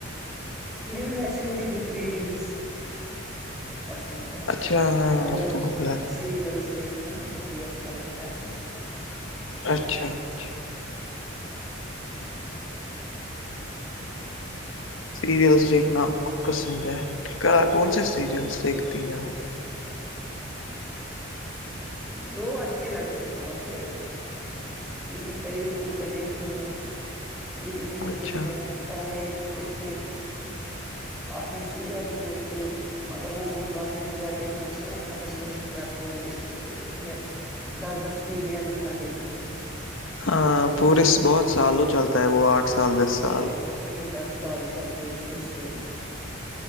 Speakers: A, in the centre; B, on the left.
A: نہیں ویسے مجھے بک ریڈنگس پسند ہے
B: اچھا ہاں
A: اور
B: آپ نے کو بلا
A: سیریلس دیکھنا وہ بھی اچھا لگتا ہے
B: اچھا اچھا
A: ج
B: سیریلس دیکھنا آپ کو پسند ہے کون سے سیریلس دیکھتی ہے آپ
A: جو اچھے لگتے ہو ویسے ٹی وی پہ یوٹیوب پہ دیکھتے ہیں ٹی وی پہ بھی
B: اچھا
A: دیکھتے ہیں پہلے دیکھتے تھے اپنے سیریلس جو تھے مگر وہ بہت لمبے ہو جاتے ہیں وہ پھر وہ ختم ختم ہی نہیں کرتے وہ اس میں دس دس پیڑیاں دکھاتے ہیں
B: ہاں پورے
A: ایک ایک
B: بہت
A: پیڑھی
B: سالوں چلتا ہے وہ آٹھ سال دس سال
A: ک دس سال فکرپ کھینچتے ہیں